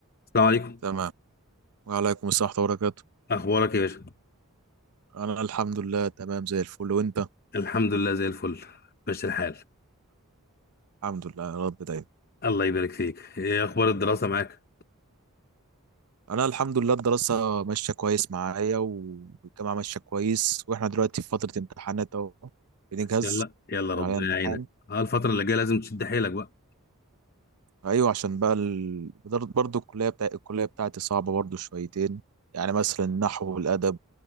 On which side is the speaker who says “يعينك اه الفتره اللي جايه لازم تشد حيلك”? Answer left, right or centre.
Left